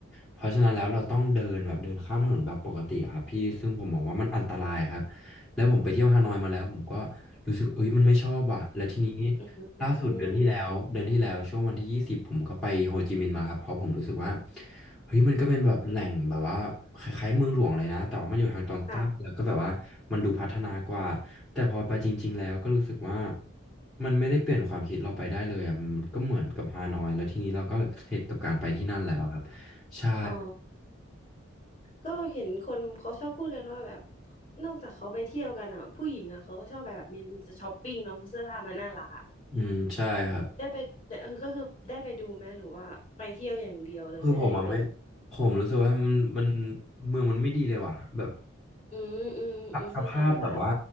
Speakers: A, in the centre; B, on the left.
A: เพราะฉะนั้นแล้วเราต้องเดินแบบเดินข้ามถนนแบบปกติอะครับพี่ซึ่งผมมองว่ามันอันตรายครับ แล้วผมไปเที่ยวฮานอยมาแล้วผมก็รู้สึกเอ้ยมันไม่ชอบอ่ะแล้วทีนี้
B: อืมอืมอืม
A: ล่าสุดเดือนที่แล้วเดือนที่แล้วช่วงวันที่ยี่สิบผมก็ไปโฮจิมินห์มาครับเพราะผมรู้สึกว่าเฮ้ยมันก็เป็นแบบแหล่งแบบว่าคล้ายๆเมืองหลวงเลยนะแต่ว่ามันอยู่ทางตอนใต้แล้วก็แบบว่ามันดูพัฒนากว่าแต่พอไปจริงๆแล้วก็รู้สึกว่า
B: ค่ะ
A: มันไม่ได้เปลี่ยนความคิดเราไปได้เลยอะมันก็เหมือนกับฮานอยแล้วทีนี้เราก็เข็ดกับการไปที่นั่นแล้วครับใช่
B: อ๋อก็เห็นคนเขาชอบพูดกันว่าแบบนอกจากเขาไปเที่ยวกันอ่ะผู้หญิงอ่ะเขาก็ชอบแบบมีจะช้อปปิ้งเนาะเสื้อผ้ามันน่ารักอ่ะ
A: อืมใช่ครับ
B: ได้ไปเออก็คือได้ไปดูไหมหรือว่าไปเที่ยวอย่างเดียวเลยไม่ได้ไป
A: คือผมอ่ะไม่ผมรู้สึกว่ามันมันเมืองมันไม่ดีเลยว่ะแบบ
B: อืมอืมอืมเข้าใจละ
A: สภาพแบบว่า